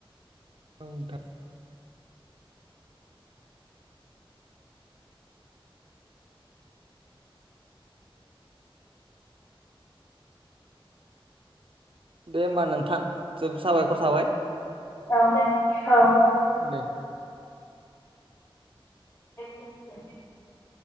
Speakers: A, on the right (about 65°); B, on the left (about 30°).
A: औ नोंथां। दे होमबा नोंथां जोब साबायखर थाबाय।
B: औ औ
A: दे
B: <unintelligible>